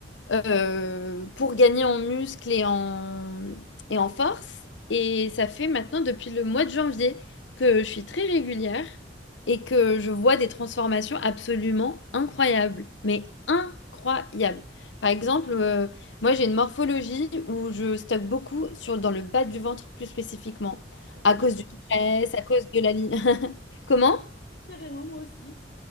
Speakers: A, on the left; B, on the left.
A: euh, pour gagner en muscle et en, et en force. Et ça fait maintenant depuis le mois de janvier que je suis très régulière et que je vois des transformations absolument incroyables, mais incroyables. Par exemple, euh, moi j'ai une morphologie où je stocke beaucoup sur, dans le bas du ventre plus spécifiquement,
B: Carrément.
A: à cause du stress, à cause de la ligne. <laughs> Comment?
B: Carrément, moi aussi.